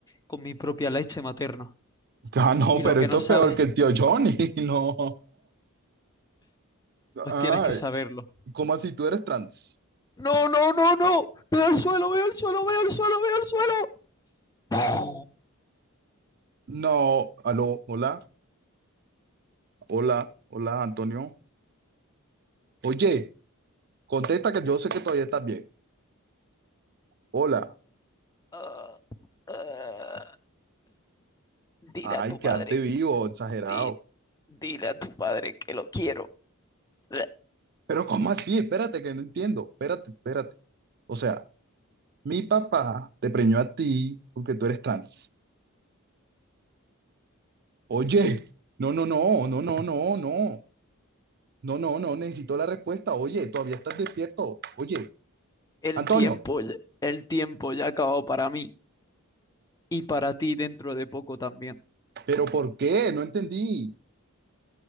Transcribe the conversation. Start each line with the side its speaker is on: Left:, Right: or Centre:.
Left: con mi propia leche materna.
Right: Ah, no,
Left: Y
Right: pero
Left: lo que
Right: esto
Left: no
Right: es
Left: sabes,
Right: peor que el tío Johnny, <laughs> no.
Left: pues
Right: Ah,
Left: tienes que saberlo.
Right: ¿cómo así tú eres trans?
Left: No, no, no, no. Veo al suelo, veo al suelo, veo al suelo, veo al suelo. Ah,
Right: No, aló, hola. Hola, hola Antonio. Oye, contesta que yo sé que todavía estás bien. Hola.
Left: ah, ah. Dile
Right: Ay,
Left: a tu
Right: quedaste
Left: madre.
Right: vivo, exagerado.
Left: di- dile a tu padre que lo quiero. Uh,
Right: Pero ¿cómo así? Espérate, que no entiendo. Espérate, espérate. O sea, mi papá te preñó a ti porque tú eres trans. Oye, no, no, no, no, no, no, no. No, no, no, necesito la respuesta. Oye, todavía estás despierto. Oye,
Left: El
Right: Antonio,
Left: tiempo, ya- el tiempo ya ha acabado para mí y para ti dentro de poco también.
Right: pero ¿por qué? No entendí.